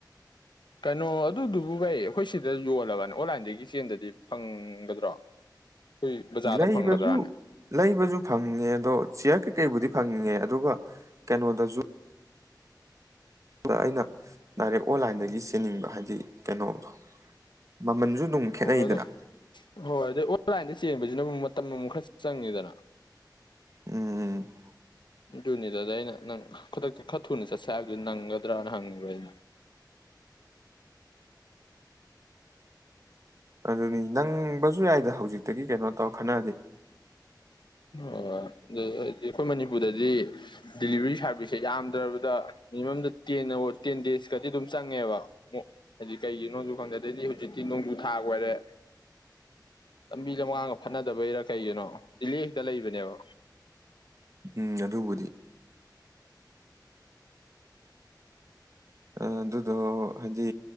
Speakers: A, on the left; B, on the right.
A: ꯀꯩꯅꯣ ꯑꯗꯨꯗꯨꯕꯨ ꯑꯩꯈꯣꯏ ꯁꯤꯗ ꯌꯣꯜꯂꯕꯅ‌ꯦ ꯑꯣꯟꯂꯥꯏꯟꯗꯒꯤ ꯆꯦꯟꯗꯗꯤ ꯐꯪꯒꯗ꯭ꯔꯣ ꯑꯩꯈꯣꯏ ꯕꯖꯥꯔꯗ
B: ꯂꯩꯕꯁꯨ
A: ꯐꯪꯒꯗ꯭ꯔꯥꯅ
B: ꯂꯩꯕꯁꯨ ꯐꯪꯉꯦ ꯑꯗꯣ ꯁꯤꯌꯥꯔ ꯀꯩꯀꯩꯕꯨꯗꯤ ꯐꯪꯉꯦ ꯑꯗꯨꯒ ꯀꯩꯅꯣꯗꯁꯨ ꯑꯩꯅ ꯗꯥꯏꯔꯦꯛ ꯑꯣꯟꯂꯥꯏꯟꯗꯒꯤ ꯆꯦꯟꯅꯤꯡꯕ ꯍꯥꯏꯗꯤ ꯀꯩꯅꯣꯗꯣ ꯃꯃꯜꯁꯨ ꯑꯗꯨꯝ ꯈꯦꯠꯅꯩꯗꯅ
A: ꯍ ꯑꯗꯣ ꯍꯣꯏ ꯑꯗꯨꯗ ꯑꯣꯂꯥꯏ ꯆꯦꯟꯕꯁꯤꯅ ꯑꯃꯨꯛ ꯃꯇꯝ ꯑꯃꯨ ꯈꯔ ꯆꯪꯉꯤꯗꯅ
B: ꯎꯝ ꯎꯝ
A: ꯖꯨꯅꯤꯗꯗ ꯑꯩꯅ ꯅꯪ ꯈꯨꯗꯛꯇ ꯈꯔ ꯊꯨꯅ ꯆꯠꯁꯦ ꯍꯥꯏꯕꯗꯨ ꯅꯪꯒꯗ꯭ꯔꯅ ꯍꯪꯉꯤꯕ ꯑꯩꯅ
B: ꯑꯗꯨꯅꯤ ꯅꯪꯕꯁꯨ ꯌꯥꯏꯗ ꯍꯧꯖꯤꯛꯇꯒꯤ ꯀꯩꯅꯣ ꯇꯧꯔ ꯈꯟꯅꯑꯗꯤ
A: ꯑꯣ ꯑꯗꯨꯗ ꯍꯥꯏꯗꯤ ꯑꯩꯈꯣꯏ ꯃꯅꯤꯄꯨꯔꯗꯗꯤ ꯗꯤꯂꯤꯚꯔꯤ ꯁꯥꯔꯚꯤꯁꯁꯦ ꯌꯥꯝꯗ꯭ꯔꯕꯗ ꯃꯤꯅꯤꯃꯝꯗ ꯇꯦꯟ ꯑꯣ ꯇꯦꯟ ꯗꯦꯖꯀꯗꯤ ꯑꯗꯨꯝ ꯆꯪꯉꯦꯕ ꯑꯃꯨꯛ ꯑꯩꯈ‌ꯣꯏ ꯃꯟꯅꯤꯄꯨꯔꯗꯗꯤ ꯗꯂꯤꯕꯔꯤꯁ ꯍꯥꯏꯗꯤ ꯀꯩꯒꯤ ꯅꯣꯡꯖꯨ ꯈꯪꯗꯦ ꯑꯗꯩꯗꯤ ꯍꯧꯖꯤꯛꯇꯤ ꯅꯣꯡꯖꯨ ꯊꯥ ꯑꯣꯏꯔꯦ ꯂꯝꯕꯤ ꯂꯝ ꯉꯥꯡꯒ ꯐꯅꯗꯕꯩꯔꯥ ꯀꯩꯒꯤꯅꯣ ꯗꯗꯤꯜ ꯍꯦꯛꯇ ꯂꯩꯕꯅꯦꯕ
B: ꯎꯝ ꯑꯗꯨꯕꯨꯗꯤ ꯑꯗꯨꯗꯣ ꯍꯥꯏꯗꯤ